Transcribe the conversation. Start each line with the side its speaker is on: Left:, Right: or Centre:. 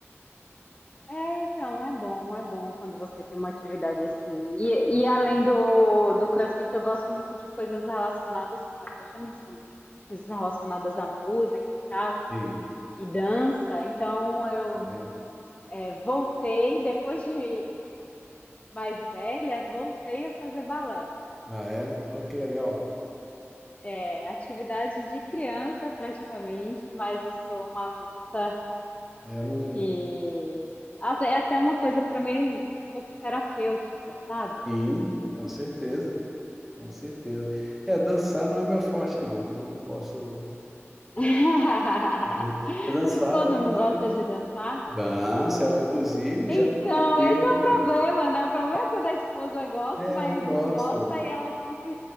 Left: É, então, é bom, é bom quando você tem uma atividade assim. E, e além do, do CrossFit, eu gosto muito de coisas relacionadas, como eu até já mencionei, de coisas relacionadas à música e tal,
Centre: Sim,
Left: e dança. Então, eu
Centre: né?
Left: é, voltei, depois de mais velha, voltei a fazer balé, cara.
Centre: Ah, é? Oh, que legal.
Left: É atividade de criança praticamente, mas eu sou uma adulta
Centre: Eu não.
Left: que. até- É até uma coisa para mim um pouco terapêutica, sabe?
Centre: Sim, com certeza. Com certeza. É, dançar não é meu forte, não, então eu não posso
Left: <laughs>
Centre: <laughs> dançar,
Left: Sua esposa não
Centre: mas
Left: gosta de dançar?
Centre: dança, ela inclusive
Left: Então,
Centre: já produziu.
Left: esse é o problema, né? O problema é quando a esposa gosta,
Centre: É,
Left: o marido
Centre: ela gosta.
Left: não gosta e ela tem que.